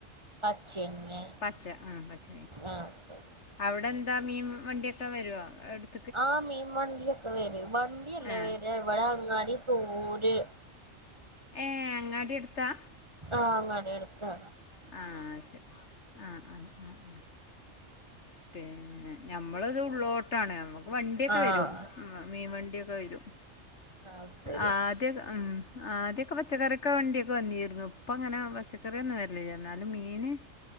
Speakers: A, on the right; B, on the left.
A: പച്ചേമീന്
B: പച്ച ആ പച്ച
A: ആഹ് ശരി
B: അവിടെന്താ മീൻ വണ്ടിയൊക്കെ വരുവോ ടുത്തു
A: ആ മീൻ വണ്ടിയൊക്കെ വരും വണ്ടിയല്ലേ
B: ഏ
A: വര് എവിടെ അങ്ങാടീത്തൊരു
B: ഏ അങ്ങാടടി അടുത്താ
A: ആഹ് അങ്ങാടി അടുത്താ
B: ആഹ് ശരി ആഹ് ആഹ് ആഹ് ആഹ് പിന്നെ ഞമ്മളത് ഉള്ളോട്ട് ട്ത്താണ് നമ്മക്ക് വണ്ടിയൊക്കെ
A: ആഹ്
B: വരും മീൻവണ്ടിയൊക്കെ വരും
A: ആഹ് ശരി
B: ആഹ് ദ്യക്കെ ഉം ആദ്യൊക്കെ പച്ചക്കറീക്കെ വണ്ടിയൊക്കെ വന്നീരുന്നു ഇപ്പങ്ങനെ പച്ചക്കറിയൊന്നും വരില്ല എന്നാലും മീന്